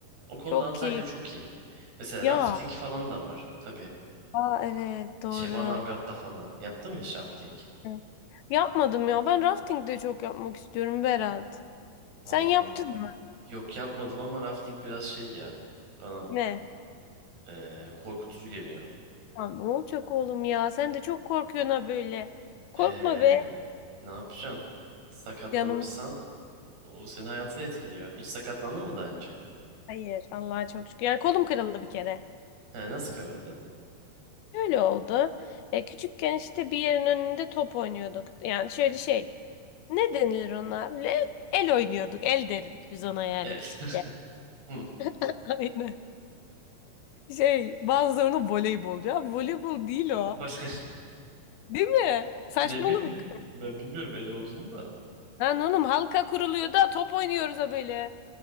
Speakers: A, on the right; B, on the left.
A: O konuda
B: Çok
A: Antalya
B: keyifli.
A: çok iyi. Mesela
B: Ya,
A: rafting falan da var tabii.
B: aa, evet doğru.
A: Şey Manavgat'ta falan. Yaptın mı hiç rafting?
B: Evet. Yapmadım ya. Ben rafting de çok yapmak istiyorum Berat.
A: Valla
B: Sen yaptın mı?
A: yok yapmadım ama rafting biraz şey ya. Bana
B: Ne?
A: eee, korkutucu geliyor.
B: Ya ne olacak oğlum ya? Sen de çok korkuyorsun ha böyle. Korkma
A: Eee,
B: be.
A: ne yapacaksın? Sakatlanırsan
B: Canımız.
A: O senin hayatını etkiliyor. Hiç sakatlandın mı daha önce?
B: Hayır. Allah'a çok şükür. Yani kolum kırıldı bir kere.
A: He, nasıl kırıldı?
B: Öyle oldu. E, küçükken işte bir yerin önünde top oynuyorduk. Yani şöyle şey. Ne denilir ona? Böyle el oynuyorduk. El derdik biz ona yani
A: El.
B: küçükken.
A: <laughs> Hı,
B: <laughs> Aynen. Şey bazıları ona voleybol diyor. Abi voleybol değil o.
A: Başka
B: Değil mi? Saçmalık.
A: ne bileyim. Ben bilmiyorum el olduğunu da.
B: Lan oğlum halka kuruluyor da top oynuyoruz ha böyle.